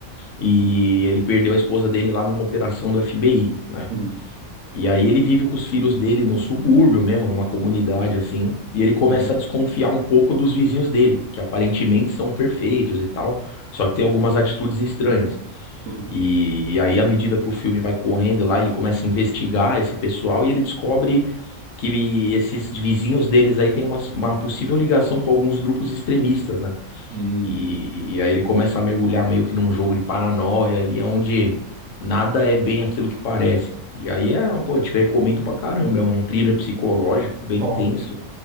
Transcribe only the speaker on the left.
e ele perdeu a esposa dele lá numa operação do FBI, né?
E aí ele vive com os filhos dele no subúrbio mesmo, numa comunidade assim, e ele começa
a desconfiar um pouco dos vizinhos dele, que aparentemente são perfeitos e tal, só que tem algumas atitudes estranhas.
E, aí, à medida que o filme vai correndo lá, ele começa a investigar esse pessoal e ele descobre que esses vizinhos deles aí têm uma, uma possível ligação com alguns grupos extremistas, né?
E, e aí ele começa a mergulhar meio que num jogo de paranoia ali, onde nada é bem aquilo que parece. E aí é, pô, te recomendo pra caramba, é um thriller psicológico bem
tenso,